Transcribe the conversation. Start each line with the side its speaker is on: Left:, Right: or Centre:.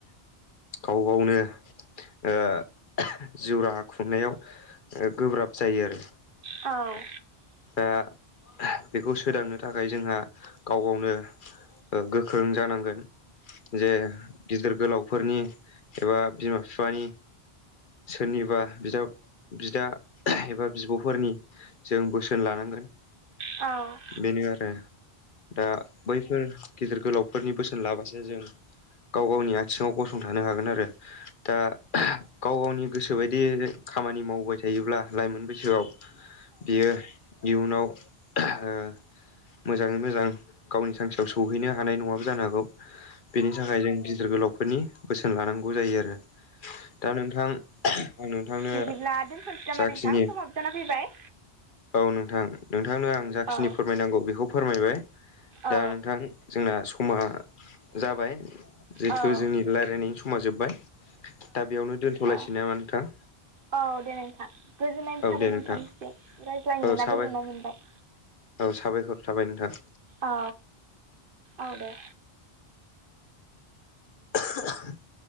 Left: गाव गावनो ओ जिउ राहा खुंनायाव ओ गोब्राब जायो आरो।
Right: औ
Left: दा बेखौ सोदांनो थाखाय जोंहा गाव गावनो ओ गोख्रों जानांगोन। जे गिदिर गोलावफोरनि एबा बिमा बिफानि सोरनिबा बिदा बिदा एबा बिब'फोरनि जों बोसोन लानांगोन।
Right: औ
Left: बेनो आरो, दा बैफोर गिदिर गोलावफोरनि बोसोन लाबासो जों गाव गावनि आथिङाव गसंथानो हागोन आरो। दा गाव गावनि गोसोबायदि खामानि मावबाय थायोब्ला लाइमोन बैसोआव बियो इयुनाव ओ मोजाङै मोजां गावनि थांखियाव सौहैनो हानाय नङाबो जानो हागौ। बेनि थाखाय जों गिदिर गोलावफोरनि बोसोन लानांगौ जायो आरो। दा नोंथां आं नोंथांनो
Right: बिदिब्ला दोनथ'नोसै नामा
Left: जाखिनि
Right: नोंथां, समाबो जाना फैबाय।
Left: औ नोंथां। नोंथांनो आं जाखिनि
Right: औ
Left: फोरमायनांगौ बेखौ फोरमायबाय।
Right: औ
Left: दा नोंथां जोंना समा जाबाय। जिहेतु
Right: औ
Left: जोंनि रायलायनायनि समा जोबबाय। दा बेयावनो दोनथ'लायसै
Right: औ
Left: नामा नोंथां?
Right: औ दे नोंथां। गोजोननाय
Left: औ
Right: थाबाय
Left: दे
Right: नोंथांनिसिम
Left: नोंथां
Right: रायज्लायनो
Left: औ
Right: मोना
Left: साबाय
Right: गोजोननाय मोनबाय।
Left: औ साबायखर थाबाय नोंथां।
Right: औ औ दे।
Left: <unintelligible>